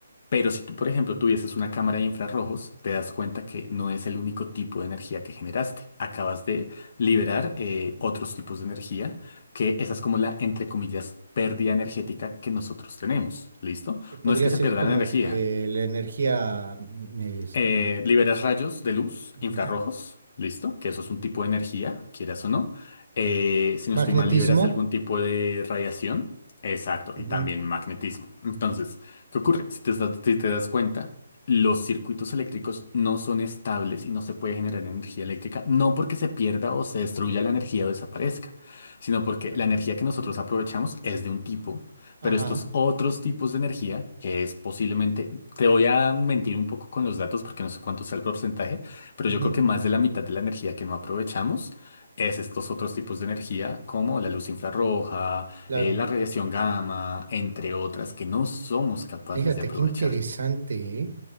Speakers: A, on the left; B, on the right.
A: Pero si tú, por ejemplo, tuvieses una cámara de infrarrojos, te das cuenta que no es el único tipo de energía que generaste. Acabas de liberar eh, otros tipos de energía, que esa es como la, entre comillas, pérdida energética que nosotros tenemos. ¿Listo?
B: que podría
A: No es que se
B: ser
A: pierda
B: como
A: la energía.
B: que la energía, mm, este,
A: Eh, liberas rayos de luz
B: ujú,
A: infrarrojos, listo, que eso es un tipo de energía, quieras o no. Eh,
B: ujú.
A: si
B: magnetismo.
A: no estoy mal, liberas algún tipo de radiación, exacto,
B: ujú,
A: y también magnetismo. Entonces, ¿qué ocurre? Si te, das- si te das cuenta, los circuitos eléctricos no son estables y no se puede generar energía eléctrica, no porque se pierda o se destruya la energía o desaparezca, sino porque
B: claro.
A: la energía que nosotros aprovechamos es de un tipo.
B: Ajá,
A: Pero estos otros tipos de energía, que es posiblemente te voy a mentir un poco con los datos porque no sé cuánto sea el porcentaje, pero
B: ujú,
A: yo creo que más de la mitad de la energía que no aprovechamos es estos otros tipos de energía como la luz infrarroja,
B: claro.
A: eh, la radiación gamma, entre otras que no somos capaces
B: Fíjate,
A: de aprovechar.
B: qué interesante, ¿eh?